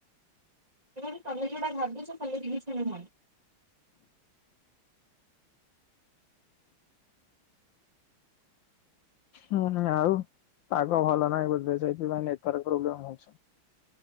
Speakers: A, on the right (about 15°); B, on the left (about 70°).
A: ଏବଂ ତମେ ଯୋଉଟା ଭାବୁଛ ସେମିତି କିଛି ନୁହଁ। ଆ <inaudible>
B: ହୁଁ ଆଉ ପାଗ ଭଲ ନାହିଁ ବୋଧେ ସେଇଥିପାଇଁ ନେଟ୍ ୱର୍କ ପ୍ରୋବ୍ଲେମ୍ ହଉଛି।